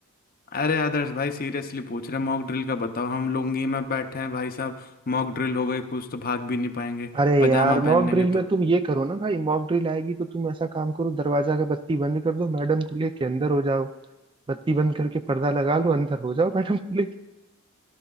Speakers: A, on the left; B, on the right.
A: अरे आदर्श भाई सीरियसली पूछ रहे हैं मॉक ड्रिल का बताओ हम लुंगी में बैठे हैं भाई साहब मॉक ड्रिल हो गई कुछ तो भाग भी नहीं पाएंगे
B: अरे
A: पजामा
B: यार
A: पहन
B: मॉक
A: लेंगे
B: ड्रिल
A: तो
B: में तुम ये करो ना भाई मॉक ड्रिल आएगी तो तुम ऐसा काम करो दरवाजा का बत्ती बंद कर दो मैडम को लेके अंदर हो जाओ बत्ती बंद करके पर्दा लगा लो अंदर हो जाओ मैडम को